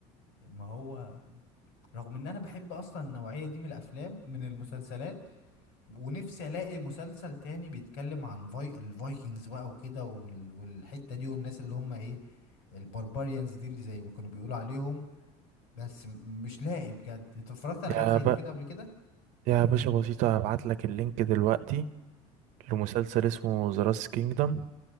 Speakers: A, on the left; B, on the right.
A: ما هو رغم ان انا بحب اصلا النوعية دي من الافلام من المسلسلات ونفسي الاقي مسلسل تاني بيتكلم عن في... الفايكنجز بقى وكده وال... والحتة دي والناس اللي هم ايه البربريانز دي اللي زي ما كانوا بيقولوا عليهم بس م- مش لاقي بجد انت اتفرجت على
B: يا
A: حاجة زي
B: ب...
A: دي كده قبل كده
B: يا باشا بسيطة هبعت لك اللينك دلوقتي لمسلسل اسمه ذا راس كينجدم